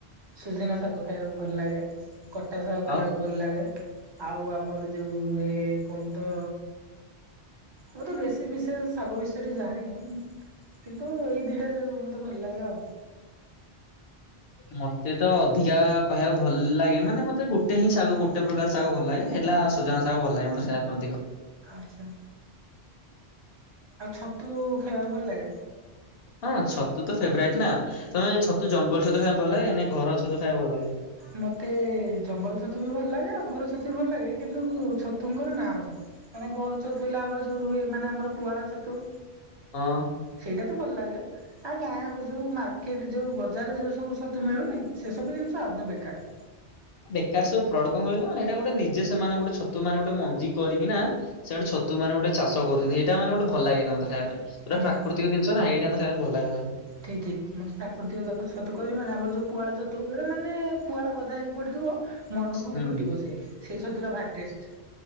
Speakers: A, on the right (about 30°); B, on the left (about 65°).
A: ସୁଜୁନା ଶାଗ ଖାଇବାକୁ ଭଲ ଲାଗେ। କଟା ସାଗ ଖାଇଆକୁ
B: ଆଉ
A: ଭଲ ଲାଗେ ଆଉ ଆମର ଯୋଉ ହେ କଣ ତ ମୁଁ ତ ବେଶୀ ବିଶେଷ ଶାଗ ବିଷୟରେ ଜାଣିନି। କିନ୍ତୁ ଏଇ ଦିଟା ଯାକ ମତେ ଭଲ ଲାଗେ ଆଉ।
B: ମତେ ତ ଅଧିକା କହିଆକୁ ଭଲ ଲାଗେ ମାନେ ମତେ ଗୋଟେ ହିଁ ଶାଗ ଗୋଟେ ପ୍ର <unintelligible> ସାଗ ଭଲ ଲାଗେ ହେଲା ସୁଜୁନା ସାଗ ଭଲ ଲାଗେ ମ <unintelligible> ଖାୟା ପାଇଁ ଅଧିକ।
A: ଆଚ୍ଛା। ଆଉ ଛତୁ ଖାଇଆକୁ ଭଲ ଲାଗେ?
B: ହଁ ଛତୁ ତ ଫେବରାଇଟ୍ ନା ତମେ ଛତୁ ଜଙ୍ଗଲ ଛତୁ ଖାୟାଁ ଭଲ ଲାଗେ ନା ଘର ଛତୁ ଖାୟା କୁ ଭଲ ଲାଗେ?
A: ମତେ ଜଙ୍ଗଲ ଛତୁ ବି ଭଲ ଲାଗେ ଆଉ ଘର ଛତୁ ବି ଭଲ ଲାଗେ କିନ୍ତୁ ଛତୁଙ୍କର ନା ଅଛି। ମାନେ ଘର ଛତୁ ହେଲା ଆମର ଯୋଉ ରୁହେ ମାନେ ଆମର ପୁହାଳ ଛତୁ।
B: ଅ <unintelligible>
A: ସେଇଟା ତ ଭଲ ଲାଗେ। ଆଉ ଗାଁ କ ଯୋଉ ମାର୍କେଟ ଯୋଉ ବଜାରରେ ଯୋଉ ସବୁ ଛତୁ ମିଳୁନି ସେ ସବୁ ଜିନିଷ ଆଦୋଉଁ ବେକାର୍।
B: ବେକାର ସବୁ ଫ୍ରଡ କଁ କହିଲ ଏଇଟା ଗୋଟେ ନିଜେ ସେମାନେ ଗୋଟେ ଛତୁ ମାନେ ଗୋଟେ ମଞ୍ଜି କରିକି ନା ସେ ଗୋଟେ ଛତୁ ମାନେ ଗୋଟେ ଚାଷ କରୁଚନ୍ତି ଏଇଟା ମଟେ ଭଲ ଲାଗେନା ମତେ ଖାଇଆ ପାଇଁ। ପୁରା
A: ହୁଁ
B: ପ୍ରାକୃତିକ ଜିନିଷ ନା ଏଇଟା ମତେ ଖାଇବା କୁ ଭଲ ଲାଗେ।
A: ଠିକ୍ ଠିକ୍ ମତେ ପ୍ରାକୃତିକ ତ କହିଲେ ମାନେ ଆମର ଯୋଉ ପୁଆଳ ଛତୁ ଯୋଉଟା ମାନେ ପୁଆଳ ଗାଦା ହେଇକି ପଡିଥିବ ମନକୁ
B: ହୁଁ
A: ଫୁଟିବ ସେ ସେଇ ଛତୁରା ଭାରି ଟେଷ୍ଟ୍